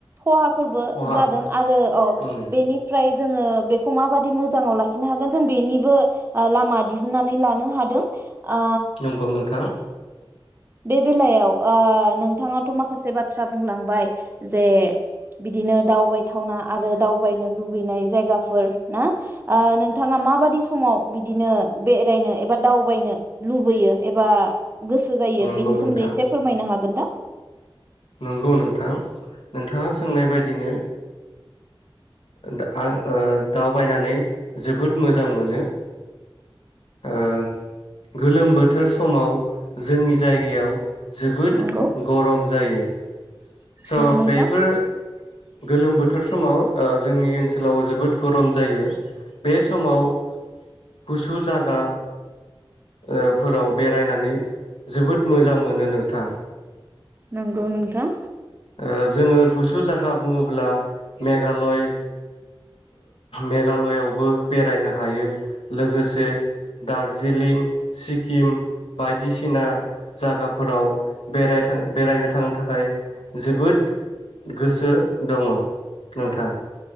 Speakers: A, on the right; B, on the left.
A: खहा फोरबो
B: खहा
A: जादों आरो
B: उम
A: बेनिफ्राय जोङो बेखौ माबादि मोजाङाव लाखिनो हागोन जों बेनिबो लामा दिहुननानै लानो हादों। आ
B: नंगौ नोंथां
A: बे बेलायाव ओ नोंथाङाथ' माखासे बाथ्रा बुंलांबाय जे, बिदिनो दावबाय थावना आरो दावबायनो लु बैनाय जायगाफोर ना। नोंथाङा माबादि समाव बिदिनो बेरायनो एबा दावबायनो लुबैयो एबा गोसो जायो?
B: नंगौ
A: बेनि
B: नोंथां
A: सोमोन्दै एसे फोरमायनो हागोन दा?
B: नंगौ नोंथां। नोंथाङा सोंनाय बायदिनो <unintelligible> आं ओ दावबायनानै जोबोद मोजां मोनो। ओ गोलोम बोथोर समाव जोंनि जायगायाव जोबोद
A: नंगौ
B: गरम जायो। स'
A: नंगौ नोंथां
B: बेफोर गोलोम बोथोर समाव जोंनि ओनसोलाव जोबोद गरम जायो। बे समाव गुसु जागा ओ फोराव बेरायनानै जोबोद मोजां मोनो नोंथां।
A: नंगौ नोंथां।
B: ओ जोङो गुसु जा गा बुङोब्ला मेघालय मेघालयआवबो बेरायनो हायो। लोगोसे दार जिलिं, सिक्किम बायदिसिना जागाफोराव बेरायां बेरायनो थांनो थाखाय जोबोद गोसो दङ, नोंथां।